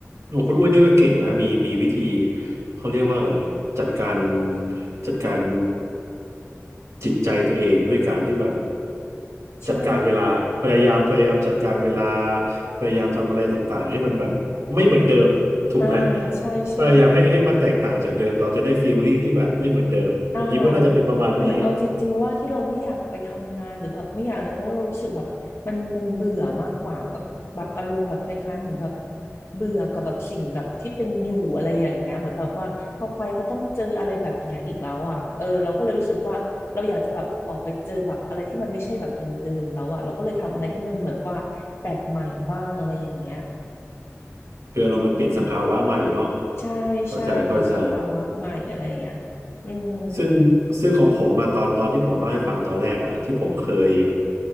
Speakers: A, on the right; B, on the left.
A: โอ้คุณอุ้ยเนี่ยก็เก่งนะมีมีวิธีเขาเรียกว่าอะไรอ่ะจัดการจัดการจิตใจตัวเองด้วยการที่แบบ
B: ใช่
A: จัดการเวลาพยายามพยายามจัดการเวลาพยายามทำอะไรต่างๆให้มันแบบไม่เหมือนเดิมถูกไหม
B: อ่าใช่ใช่
A: พยายามให้ให้มันแตกต่างจากเดิมเราจะได้ฟีลลิ่งที่แบบไม่เหมือนเดิมผมคิดว่าน่าจะเป็นประมาณนี้
B: อ่าเหมือนเอาจริงๆว่าที่เราไม่อยากไปทำงานหรือแบบไม่อยากอะไรเพราะว่าเรารู้สึกแบบมันมันเบื่อมากกว่าแบบแบบอารมณ์แบบคล้ายๆเหมือนแบบเบื่อกับแบบสิ่งแบบที่เป็นอยู่อะไรอย่างเงี้ยเหมือนแบบว่าพอไปก็ต้องเจออะไรแบบเนี้ยอีกแล้วอ่ะเออเราก็เลยรู้สึกว่าเราอยากจะแบบออกไปเจอแบบอะไรที่มันไม่ใช่แบบเดิมๆแล้วอ่ะเราก็เลยทำอะไรให้มันเหมือนว่าแปลกใหม่บ้างอะไรอย่างเงี้ย
A: คือเรามาเปลี่ยนสภาวะใหม่เนาะ
B: อืมใช่ใช่เปลี่ยนสภาวะใหม่อะไรอย่างเงี้ย
A: เข้าใจเข้าใจ
B: อืม
A: ซึ่งซึ่งของผมมาตอนตอนที่ผมเล่าให้ฟังตอนแรกอะที่ผมเคย